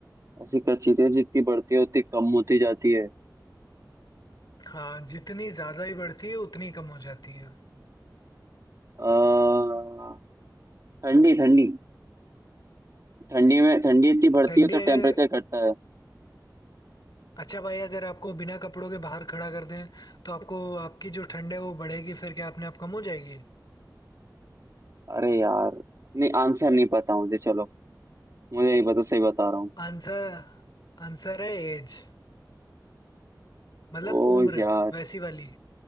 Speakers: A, on the right; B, on the left.
A: ऐसी क्या चीज़ है जितनी बढ़ती है उतनी कम होती जाती है
B: हाँ जितनी ज्यादा ही बढ़ती है उतनी कम हो जाती है
A: अह ठंडी ठंडी ठंडी में ठंडी इतनी बढ़ती
B: ठंडी
A: है तो
B: अगर
A: टेम्परेचर घटता है
B: अच्छा भाई अगर आपको बिना कपड़ों के बाहर खड़ा कर दें तो आपको आपकी जो ठंड है वो बढ़ेगी फिर क्या अपने आप कम हो जाएगी
A: अरे यार नहीं आंसर नहीं पता मुझे चलो मुझे नहीं पता सही बता रहा हूँ
B: आंसर आंसर है एज मतलब
A: ओ
B: उम्र
A: यार
B: वैसी वाली